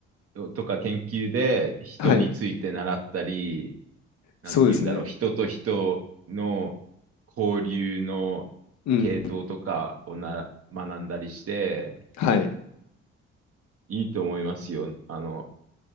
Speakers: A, on the right (about 50°); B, on the left (about 65°).
A: とか研究で人について習ったり、
B: はい。
A: なんて言うんだろう、
B: そうですね。
A: 人と人の交流の系統とかをな、
B: うんうん。
A: 学んだりして、
B: はい。
A: いいと思いますよ。あの、